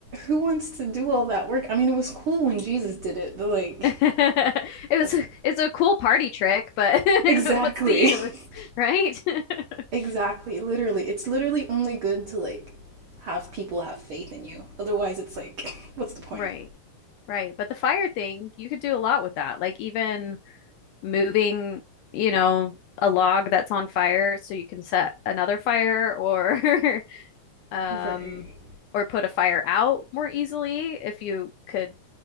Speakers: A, on the right; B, on the left.
A: who wants to do all that work? I mean, it was cool when Jesus did it, but like,
B: <laughs> it
A: that's
B: was it's a cool party trick, but <laughs>
A: exactly,
B: what's the use,
A: <laughs>
B: right? <laughs>
A: exactly, literally. It's literally only good to like have people have faith in you. Otherwise, it's like, <laughs> what's the point?
B: Right. Right. But the fire thing, you could do a lot with that. Like even moving, you know, a log that's on fire so you can set another fire or <laughs> um,
A: Right.
B: or put a fire out more easily if you could,